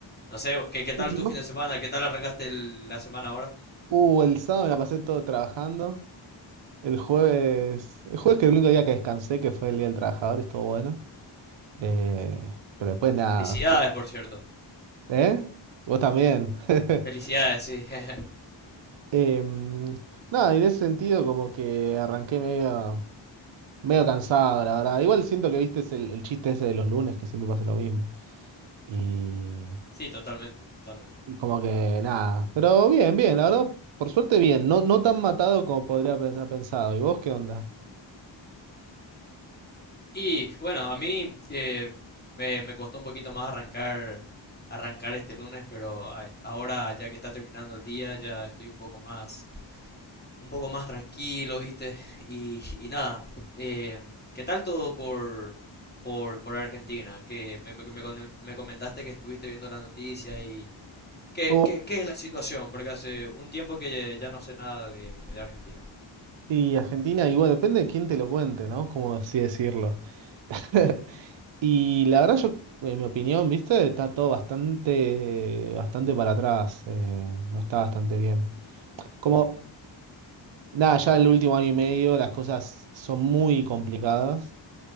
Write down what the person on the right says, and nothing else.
Y
más-
Uh, el sábado me la pasé todo trabajando. El jueves, el jueves que el único día que descansé, que fue el Día del Trabajador, estuvo bueno. Eh, pero después nada.
fu-
¿Eh? Vos también. <laughs>
Em, nada, en ese sentido como que arranqué medio. Medio cansado, la verdad. Igual siento que viste es el, el chiste ese de los lunes, que siempre pasa lo mismo. Y,
y como que nada. Pero bien, bien, la verdad, por suerte bien. No, no tan matado como podría haber pensado. ¿Y vos qué onda?
Oh,
y Argentina, igual depende de quién te lo cuente, ¿no? Como así decirlo. <laughs> Y la verdad, yo, en mi opinión, viste, está todo bastante, bastante para atrás. eh, no está bastante bien. Como, nada, ya el último año y medio las cosas son muy complicadas.